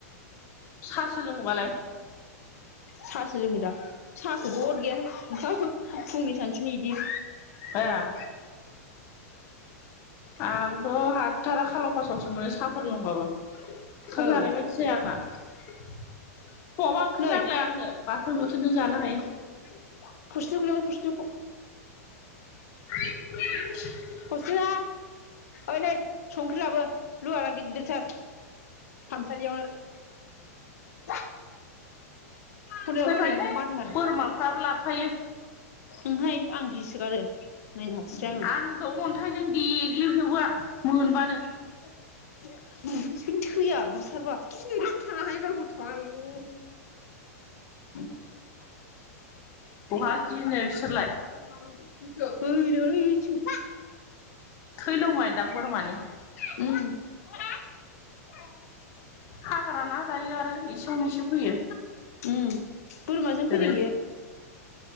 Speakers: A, on the left; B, on the left.
A: सासो लोङोबालाय
B: साहासो लोंङोदां साहाखौबो हद गैयाहाय फुंनि सानसुनि इदि
A: एह आंथ' हाथारा खालावखासावसो मोनो साफ फोर लोंबाबो ओंखाम
B: औ
A: जानाय बायदि जाया आंना। फुङावबा ओंख्रि
B: नै
A: नांलाया आंनो बाथोन बुथोनजोंनो जानो हायो
B: <unintelligible>
A: <unintelligible>
B: हस्रिना ओइ नै संख्रि लाबो लुवारा गिददिरथार। खामसालियावनो <unintelligible> हनै
A: फैबायहाय
B: हनै माथाय
A: बोरमाफ्राबो लाबोफायो।
B: ओंहाय आं गिसोगारो नायनो हाथारा आं
A: आं द' अन्थाइजों देग्लि जोबो आं।
B: थैया <unintelligible>
A: मोनबानो
B: बुथारबा गिनो रोंथारा हाय बाय गथ'आ आय' <unintelligible> आ <inaudible>
A: बहा गिनो बिसोरलाय
B: ग <unintelligible>
A: थै लोंबायदां बोरमानि।
B: उ <unintelligible>
A: हाग्राना दायो आरो इसेयावनो इसो फैयो
B: उम बोरमाजों
A: जेरैबो
B: फैदों इयो